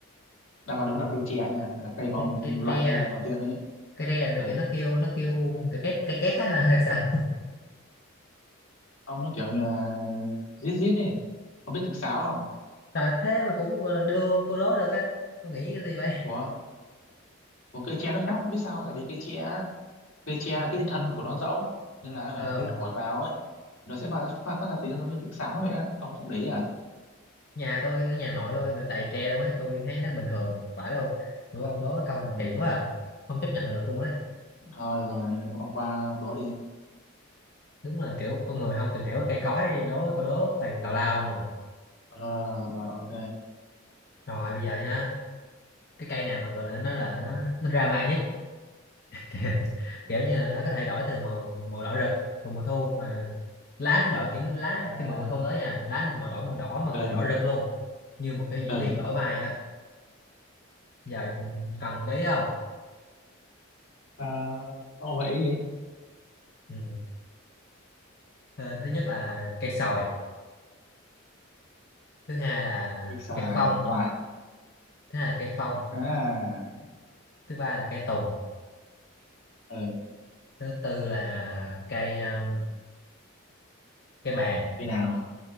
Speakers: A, on the left; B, on the left.
A: đáp án đúng là cây tre nha là cây mà
B: cái,
A: ông
B: cái
A: loại
B: tre
A: ngay lần đầu tiên ấy
B: cái tre là
A: ừ
B: kiểu nó kêu nó kêu cái két cái két á <laughs> hay sao
A: ông nó kiểu như là rít rít ấy ông biết tiếng sáo không
B: trời thế mà cũng gọi là đưa cô đố được á tôi nghĩ cái gì vậy
A: của một cây tre nó khác không biết sao tại vì cây tre á, cây tre
B: ừ.
A: cái thân của nó rỗng nên là ờ,
B: ờ
A: khi thổi vào ấy nó sẽ phát ra, phát, phát ra tiếng giống như tiếng sáo vậy á ông không để ý à
B: nhà tôi ở nhà nội tôi là đầy tre đâu ấy tôi thấy nó bình thường phải đâu kiểu ông đố câu này
A: ừ.
B: kỳ quá à. không chấp nhận được luôn ấy
A: thôi được rồi ông qua ông đó đi
B: đúng là kiểu con người không tìm hiểu cây cối đố câu đố toàn là tào lao không mà
A: Ờ, rồi ok
B: rồi bây giờ nha cái cây nào mà gọi là nó là nó nó drama nhất <laughs> kiểu, kiểu như là nó có thể đổi từ màu màu đỏ rực vào mùa thu mà lá sẽ đổi kiểu lá
A: À,
B: khi mà mùa thu tới nha lá màu đỏ màu đỏ mà gọi
A: ừ
B: là đỏ rực luôn như một cái diễn
A: ừ
B: viên đổi vai vậy đó giờ cần cái ý không
A: à, ông gợi ý đi
B: ừ. Ờ, Thứ nhất là cây sồi thứ hai là
A: Đi xài
B: cây phong
A: loại
B: thứ hai là cây phong
A: à,
B: thứ ba là cây tùng
A: ừ
B: thứ tư là cây um, cây bàng
A: cây nào